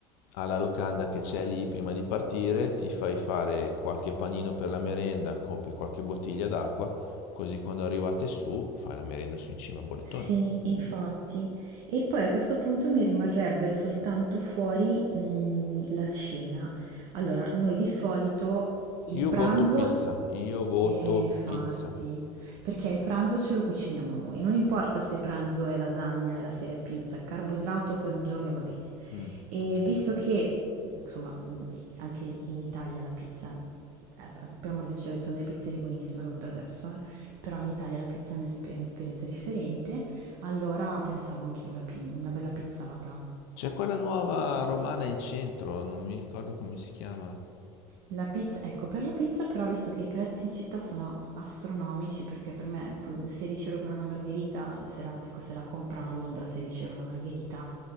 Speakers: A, on the left; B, on the right.
A: alla locanda che c'è lì prima di partire, ti fai fare qualche panino per la merenda, compri qualche bottiglia d'acqua, così quando arrivate su fai la merenda su in cima a bollettone.
B: Sì, infatti. E poi a questo punto mi rimarrebbe soltanto fuori, mm, la cena. Allora, noi di solito il
A: Io
B: pranzo
A: voto pizza, io voto
B: Eh, infatti,
A: pizza.
B: perché il pranzo ce lo cuciniamo noi, non importa se pranzo è lasagna e la sera è pizza, carboidrato per un giorno va bene.
A: Mm,
B: E
A: ok.
B: visto che, insomma, mh, anche lì in Italia la pizza, eh, per amor del cielo, ci sono delle pizzerie buonissime a Londra adesso, eh, però in Italia la pizza è un'esper- è un'esperienza differente, allora pensavo anch'io la pi- una bella pizzata.
A: C'è quella nuova romana in centro, non mi ricordo come si chiama.
B: La pizza, ecco, per la pizza però, visto che i prezzi in città sono astronomici, perché per me que- 16 euro per una margherita, se la, ecco, se la comprano a Londra 16 euro la margherita,